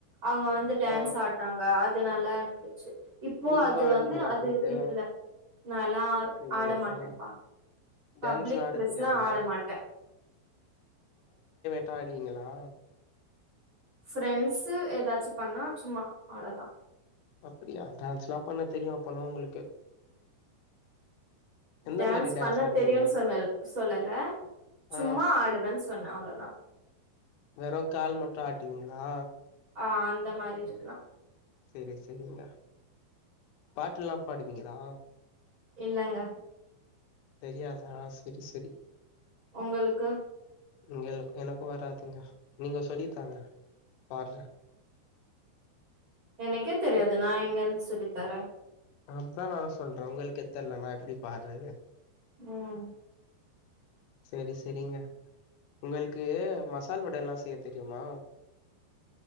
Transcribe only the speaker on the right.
அவுங்க வந்து டான்ஸ்
ஆட்னாங்க அ து நல்லா இருந்துச்சு இப்போ
அது
வந்து அது
இதுல்ல நால்லா
ஆட மாட்டம்பா
பப்ளிக்
பிளேஸ்ல
ஆட மாட்டே
ஃப்ரெண்ட்ஸு எதாச்சு பண்ணா சும்மா அவ்ளதா
டான்ஸ்
பண்ண
தெரியுன் சொன்ன சொல்லல
சும்மா ஆடுவேன் சொன்னே அவ்ளதா
ஆ அந்த மாரி இருக்கலா
இல்லங்க
உங்களுக்கு
எனக்கே தெரியாது நா எங்கருந்து சொல்லி தரே
ம்